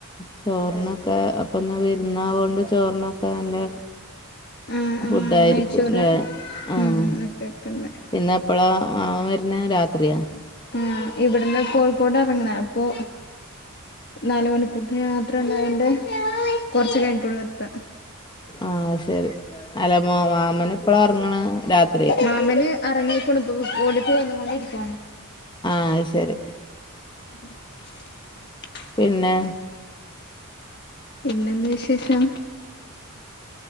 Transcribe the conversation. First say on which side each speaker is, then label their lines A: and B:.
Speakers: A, on the left; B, on the left.
A: ചോറിനൊക്കെ അപ്പൊ ഇന്ന് വിരുന്നാവോണ്ട് ചോറിനൊക്കെ നല്ല
B: ആഹ്
A: ഫുഡായിരിക്കും
B: ആഹ് നെയ്ച്ചോറ്
A: അല്ലേ ആഹ്
B: ഉം ഒക്കെ വെക്ക്ണ്ട്
A: പിന്നെ എപ്പോള അവൻ വരുന്നെ രാത്രിയാ?
B: ആ ഇവിടുന്ന് കോഴിക്കോട് എറങ്ങണം അപ്പൊ, നാല് മണിക്കൂറിതെ യാത്ര ഉണ്ടായോണ്ട് കൊറച്ചു കഴിഞ്ഞിട്ടൊള്ളൂ എത്ത
A: ആഹ ശരി അലമോ മാമന എപ്പള ഇറങ്ങണ രാത്രി.
B: മാമന് അറങ്ങിക്ക്ണു ഇപ്പ ഓല് പോ ന്ന്കൊണ്ടിരിക്ക.
A: ആ ശരി
B: <unintelligible>
A: പിന്നെ.
B: പിന്നെന്ത് വിശേഷം?